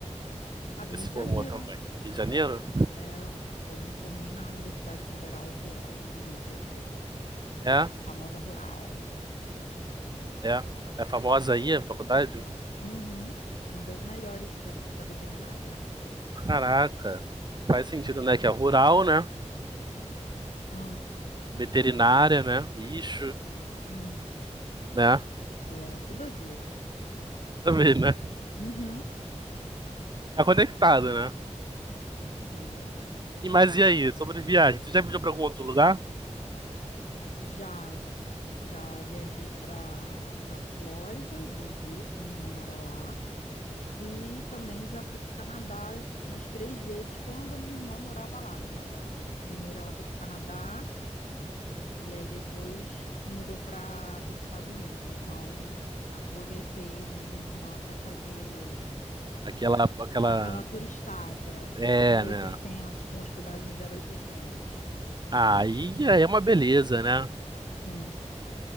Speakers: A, on the left; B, on the right.
A: Ah, do
B: Você
A: Rio
B: se
A: de
B: formou
A: Janeiro.
B: também? Rio de Janeiro?
A: É, eu me formei na Universidade Federal Rural do Rio de Janeiro.
B: É?
A: Famosa Rural. É.
B: É? É famosa aí a faculdade?
A: Uhum. Uma das melhores pra, da veterinária.
B: Caraca, faz sentido, né? Que é rural, né?
A: Ah,
B: Veterinária, né? Bicho,
A: hum.
B: né?
A: É, tudo a ver.
B: Também, né?
A: Uhum,
B: é conectado, né?
A: sim.
B: E mas e aí, sobre viagem? Tu já viajou pra algum outro lugar?
A: Já já viajei para para Flórida duas vezes, que minha irmã mora lá, e também já fui para o Canadá umas três vezes quando a minha irmã morava lá, porque ela primeiro ela foi para o Canadá e aí depois se mudou para os Estados Unidos. Então aproveitei, né, minha irmã para fazer
B: Aquela, aquela,
A: aquela turistada
B: é,
A: zero
B: né?
A: oitocentos com hospedagem zero oitocentos.
B: Aí é uma beleza, né?
A: Sim.